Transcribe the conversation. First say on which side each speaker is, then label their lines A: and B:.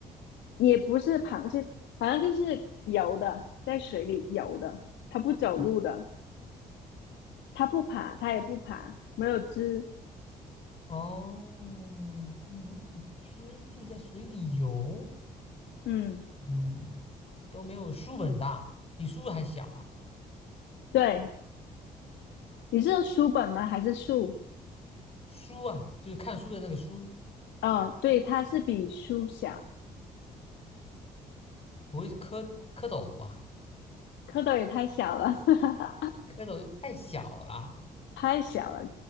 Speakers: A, on the left; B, on the left.
A: 也不是螃蟹，反正就是游的，在水里游的，它不走路的，
B: 哎
A: 它不爬，它也不爬，没有肢。
B: 哦，它没有汁，一直在水里游，
A: 嗯，
B: 嗯，都没有书本大，比书还小啊。
A: 对，你是书本吗？还是树？
B: 书啊，就是看书的那个书，
A: 哦，对，它是比书小，
B: 不会是蝌蝌蚪吧？
A: 蝌蚪也太小了。<laughs>
B: 蝌蚪又太小了
A: 太小了，